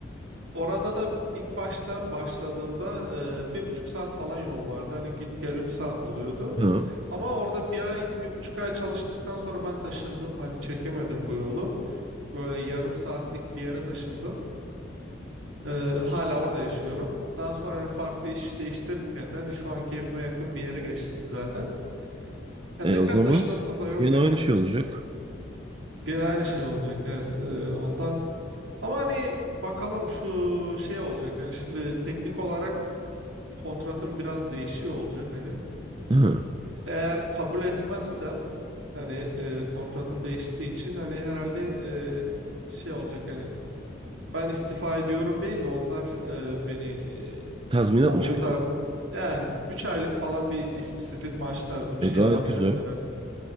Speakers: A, on the right; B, on the right.
A: Orada da ilk başta başladığımda eee, bir buçuk saat falan yol vardı. Hani git gel 3 saat oluyordu.
B: Ha.
A: Ama orada bir ay, bir buçuk ay çalıştıktan sonra ben taşındım. Hani çekemedim bu yolu. Böyle yarım saatlik bir yere taşındım. Ee, hala orada yaşıyorum. Daha sonra hani farklı iş değiştirirken de hani şu anki evime yakın bir yere geçtim zaten. Ya
B: E
A: tekrar
B: o zaman
A: taşınasım da yok
B: yine
A: yani
B: aynı şey
A: açıkçası.
B: olacak.
A: Gene aynı şey olacak evet. Ee, ondan ama hani bakalım şu şey olacak. Yani şimdi teknik olarak kontratım biraz değişiyor olacak hani.
B: Hı,
A: Eğer kabul etmezsem hani e, kontratım değiştiği için hani herhalde e, şey olacak yani ben istifa ediyorum değil de onlar e, beni e,
B: Tazminat
A: kovuyor
B: mı çıkacak?
A: tar yani 3 aylık falan bir işsizlik maaşı tarzı bir
B: E
A: şey
B: gayet
A: alabilirim
B: güzel.
A: herhalde.